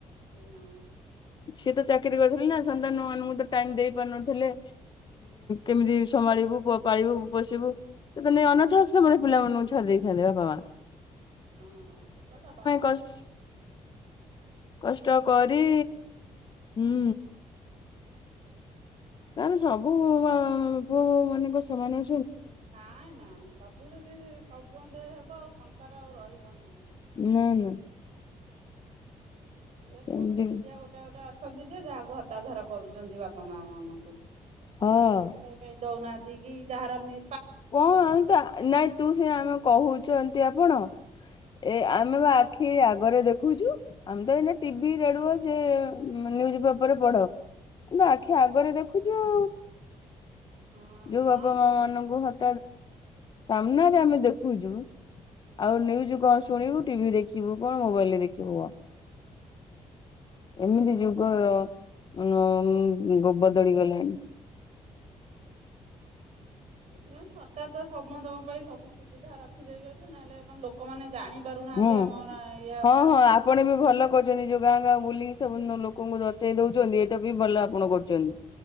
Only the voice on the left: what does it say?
ସିଏ ତ ଚାକିରି କରିଥିଲେ ନା ସନ୍ନ୍ତାନ ନୁ ମାନଙ୍କୁ ତ ଟାଇମ୍ ଦେଇ ପାରୁନଥିଲେ କେମିତି ସମ୍ଭାଳି ପାଳିବୁ ପୋଷିବୁ ସେ ଅନାଥ ଆଶ୍ରମରେ ପିଲାମାନାନଙ୍କୁ ଛାଡି ଦେଇଥାନ୍ତି ବାପା ମାଆ।
କଷ୍ଟ
କଷ୍ଟ କରି ହୁଁ। ତାର ସବୁ ପୁଅ ମାନଙ୍କ ସେମାନେ
ନା ନା।
ସେମିତି
ହଁ
କଣତା ନାଇଁ ତୁ ସେନା ଆମେ କହୁଛନ୍ତି ଆପଣ।
ଏ ଆମେ ବା ଆଖି ଆଗରେ ଦେଖୁଛୁ ଆମେ ତ ଏଇ ଟିଭି ରେଡୁ ସେ ମାନେ ଯିବା ପରେ ପଢ କିନ୍ତୁ ଆଖି ଆଗରେ ଦେଖୁଛୁ ଆଉ।
ଯୋଉ
ବାପା
ମାଆ ମାନଙ୍କୁ ହତା ଆଦର ସାମ୍ନାରେ ଆମେ ଦେଖୁଛୁ। ଆଉ ନ୍ୟୁଜ୍ କଣ ଶୁଣିବୁ? ଟିଭି ଦେଖିବୁ କଣ? ମୋବାଇଲ ରେ ଦେଖିବୁ କଣ? ଏମିତି ଯୁଗ ଉଁମ ଯୁଗ ବଦଳି ଗଲାଣି।
ହୁଁ।
ହଁ
ହଁ ଆପଣ
ବି ଭଲ କରଛନ୍ତି। ଯୋଉ ଗାଁ ଗାଁ ବୁଲିିକି ସବୁନ ଲୋକଙ୍କୁ ଦର୍ଶେଇ ଦଉଛନ୍ତି ଏଇଟା ବି ଭଲ ଆପଣ କରୁଛନ୍ତି।